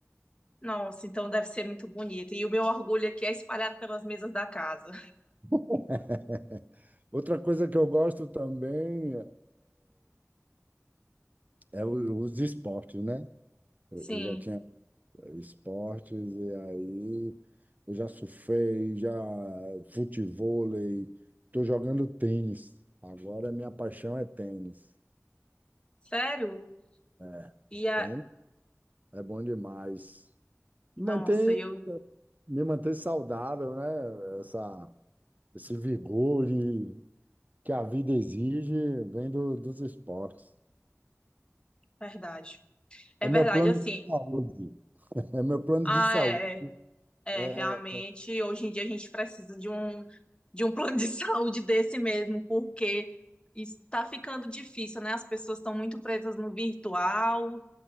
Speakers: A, on the left (about 20°); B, on the right (about 35°).
A: Nossa, então deve ser muito bonito. E o meu orgulho aqui é espalhado pelas mesas da casa.
B: <laughs> Outra coisa que eu gosto também é, é o- os esportes, né? Eu
A: Sim,
B: eu já tinha esportes, e aí eu já surfei, já futevôlei, estou jogando tênis. Agora minha paixão é tênis.
A: sério?
B: É,
A: E a...
B: tênis é bom demais. Mantém,
A: Nossa, eu...
B: me mantém saudável, né? Essa Esse vigor e que a vida exige vem do- dos esportes.
A: Verdade. É
B: É
A: verdade,
B: meu plano
A: assim.
B: de saúde. <laughs> É meu plano
A: Ah,
B: de saúde.
A: é, é,
B: É,
A: é, realmente, hoje em dia a gente precisa de um, de um plano de <laughs> saúde desse mesmo, porque está ficando difícil, né? As pessoas estão muito presas no virtual